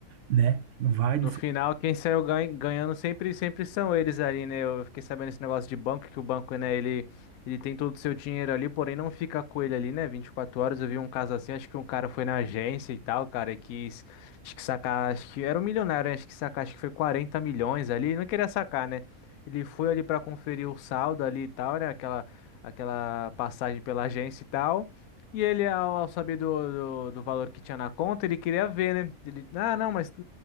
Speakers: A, on the right (about 65°); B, on the left (about 75°).
A: né, vai
B: No
A: do seu
B: final, quem saiu ganha- ganhando sempre, sempre são eles ali, né? Eu fiquei sabendo esse negócio de banco, que o banco, né, ele, ele tem todo o seu dinheiro ali, porém não fica com ele ali, né? vinte e quatro horas. Eu vi um caso assim, acho que um cara foi na agência e tal, cara, e quis, acho que sacar, acho que era um milionário, né? Acho que sacar, acho que foi 40 milhões ali, ele não queria sacar, né? Ele foi ali pra conferir o saldo ali e tal, né? Aquela, aquela passagem pela agência e tal. E ele, ao, ao saber do, do, do valor que tinha na conta, ele queria ver, né? Ele, ah, não, mas.